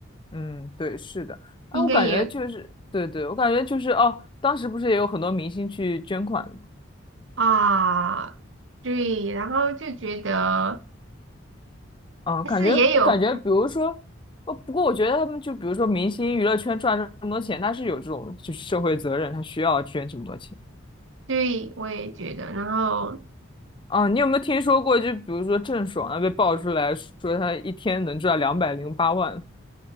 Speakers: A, on the left; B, on the right.
A: 嗯，对，是的。哎，
B: 应该也
A: 我感觉就是，对对，我感觉就是哦，当时不是也有很多明星去捐款的吗？
B: 啊，对，然后就觉得，
A: 嗯，
B: 但是也有，
A: 感觉感觉，比如说，哦，不过我觉得他们就比如说明星娱乐圈赚这么多钱，他是有这种就是社会责任，他需要捐这么多钱。
B: 对，我也觉得，然后。
A: 啊，你有没有听说过？就比如说郑爽啊，被爆出来说她一天能赚两百零八万